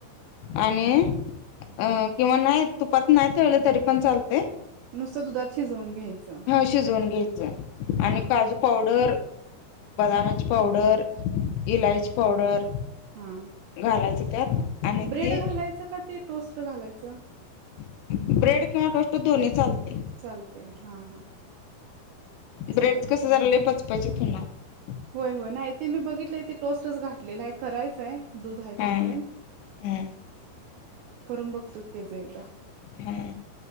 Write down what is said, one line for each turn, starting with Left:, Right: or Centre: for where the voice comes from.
Left: आणि अ किंवा नाही तुपात नाही तळलं तरी पण चालतय
Right: नुसतं दुधात शिजवून घ्यायचं
Left: शिजवून घ्यायचंय
Right: हा
Left: आणि काजू पावडर बदामाची
Right: हा
Left: पावडर इलायची पावडर
Right: हा
Left: घालायचं त्यात आणि
Right: ब्रेड
Left: ते
Right: घालायचं का ते टोस्ट घालायचं
Left: ब्रेड किंवा टोस्ट दोन्ही चालत
Right: चालतय हा हा! चालते
Left: ब्रेडच कसं जरा लय पचपचीत होणार
Right: होय, होय, नाही ते मी बघितलंय टोस्टच घातलेला आहे करायचं आहे दु दूध आहे तोपर्यंत
Left: हा हा
Right: करून बघतो कि त्याच एकदा
Left: हा